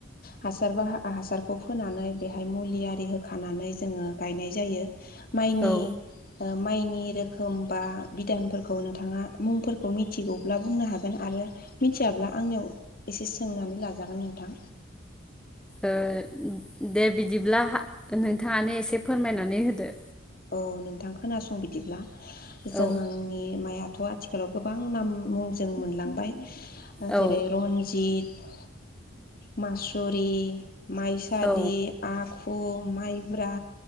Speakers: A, on the left; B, in the centre.
A: हासार बा हा-हासारखौ फोनानै बेहाय मुलि आरि होखानानै जोङो गायनाय जायो। माइनि
B: औ ओ
A: ओ माइनि रोखोम बा बिदानफोरखौ नोंथाङा मुंफोरखौ मिथिगौब्ला बुंनो हागोन आरो मिथियाब्ला आंनियाव इसे सोंनानै लाजागोन नोंथां।
B: ओ दे बिदिब्ला हा नोंथाङानो इसे फोरमायनानै होदो।
A: अ' नोंथां खोनासं बिदिब्ला जोंनि
B: औ
A: माइ थ आथिखालाव गोबां नाम मुं जों मोनलांबाय
B: औ
A: जेरै रनजित <inaudible> मासुरि। माइसालि
B: औ
A: आख खु माइब्रा